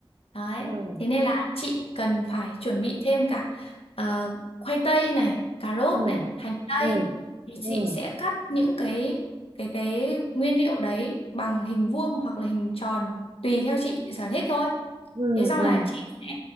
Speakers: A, on the left; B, on the right.
A: Đấy.
B: Ừm,
A: Thế nên là chị cần phải chuẩn bị thêm cả ờ, khoai tây này, cà rốt
B: ừm,
A: này, hành tây.
B: ừm,
A: Thì chị
B: ừm,
A: sẽ cắt những cái cái cái nguyên liệu đấy bằng hình vuông hoặc là hình tròn tùy theo chị sở thích thôi.
B: ừm,
A: Thế xong
B: ừm,
A: là chị sẽ